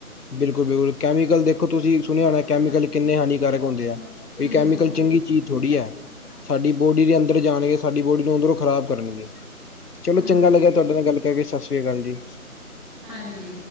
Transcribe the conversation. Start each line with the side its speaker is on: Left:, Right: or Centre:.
Left: ਬਿਲਕੁਲ-ਬਿਲਕੁਲ ਕੈਮੀਕਲ ਦੇਖੋ, ਤੁਸੀਂ ਸੁਣਿਆ ਹੋਣਾ ਕੈਮੀਕਲ ਕਿੰਨੇ ਹਾਨੀਕਾਰ ਹੁੰਦੇ ਆ। ਕੋਈ
Centre: ਹਮ
Left: ਕੈਮੀਕਲ ਚੰਗੀ ਚੀਜ਼ ਥੋੜ੍ਹੀ ਆ। ਸਾਡੀ ਬੋਡੀ ਦੇ ਅੰਦਰ ਜਾਣਗੇ, ਸਾਡੀ ਬੋਡੀ ਨੂੰ ਅੰਦਰੋਂ ਖ਼ਰਾਬ ਕਰਣਗੇ। ਚਲੋ
Centre: ਹਮ
Left: ਚੰਗਾ ਲੱਗਿਆ ਤੁਹਾਡੇ ਨਾਲ ਗੱਲ ਕਰਕੇ। ਸਤਿ ਸ੍ਰੀ ਅਕਾਲ ਜੀ।
Centre: ਹਾਂਜੀ